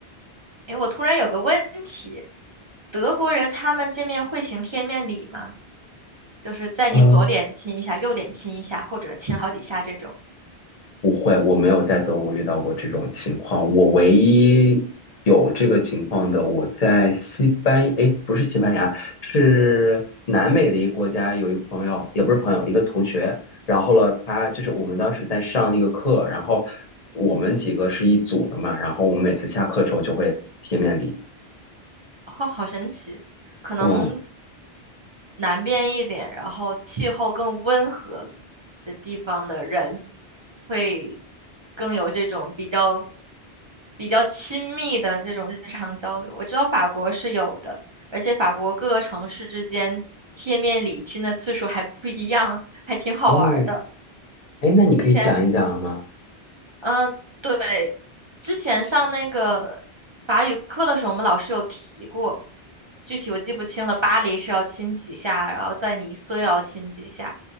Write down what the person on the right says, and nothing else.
诶，我突然有个问题，德国人他们见面会行贴面礼吗？就是在你左脸亲一下，
右脸亲一下，或者亲好几下这种。
哦，好神奇，可能
南边一点，然后气候更温和的地方的人，会更有这种比较比较亲密的这种日常交流。我知道法国是有的，而且法国各个城市之间贴面礼亲的次数还不一样，还挺好玩儿的。
之前嗯，对，之前上那个法语课的时候，我们老师有提过，具体我记不清了。巴黎是要亲几下，然后在尼斯要亲几下，